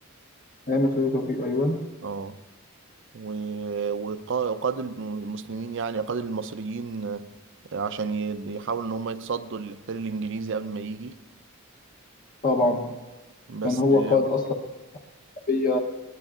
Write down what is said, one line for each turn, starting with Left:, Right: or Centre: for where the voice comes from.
Left: أيام خليل توفيق أيوه
Right: اه و- وقا- وقاد المسلمين يعني قاد المصريين آه، عشان ي- يحاولوا إن هم يتصدوا للاحتلال الإنجليزي قبل ما يجي
Left: طبعا
Right: بس
Left: كان هو
Right: آه،
Left: قائد أصلا شعبية